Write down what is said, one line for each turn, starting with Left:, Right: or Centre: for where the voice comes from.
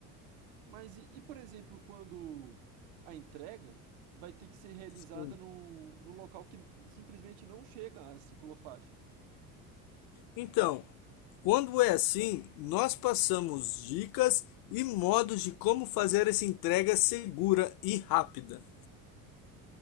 Right: Mas e, e, por exemplo, quando a entrega vai ter que ser realizada
Left: Sim.
Right: no, no local que simplesmente não chega a ciclofaixa?
Left: Então, quando é assim, nós passamos dicas e modos de como fazer essa entrega segura e rápida.